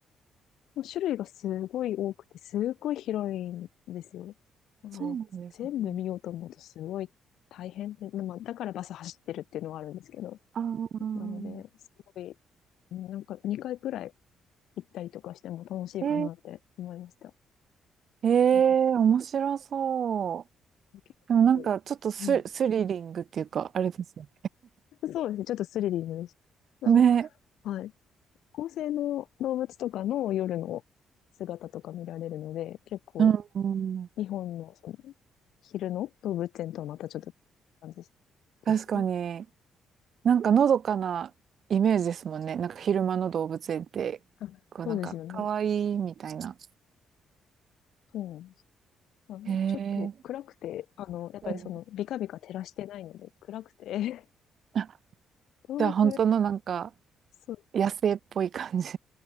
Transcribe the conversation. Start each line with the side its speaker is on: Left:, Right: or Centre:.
Left: もう種類がすごい多くて、すっごい広いんですよ。なので、
Right: そうなんですね。
Left: 全部見ようと思うとすごい大変で、まあ、だからバス走ってるっていうのはあるんですけど、
Right: あー
Left: なので、すごい、なんか2回くらい行ったりとかしても楽しいかなって思いました。
Right: えー、えー
Left: なんか
Right: 面白そう。
Left: 結構うん、
Right: でもなんかちょっとス、スリリングっていうか、あれですね。
Left: そうですね。ちょっとスリリングでした。
Right: ね。
Left: あの、はい。恒星の動物とかの夜の姿とか見られるので、結構
Right: うん、うん
Left: 日本のその昼の動物園とはまたちょっと違う感じ
Right: 確かに。
Left: でしたね。
Right: なんかのどかなイメージですもんね。なんか昼間の動物園って、
Left: あ、
Right: こうなんか可愛いみたいな。
Left: そうですよね。そうなんです。あの、
Right: ええ
Left: ちょっと暗くて、あの、やっぱりその、
Right: うん。
Left: ビカビカ照らしてないので、暗くて、
Right: あ、
Left: <laughs> 動物、
Right: じゃあ本当のなんか
Left: そう、
Right: 野生っぽい感じ。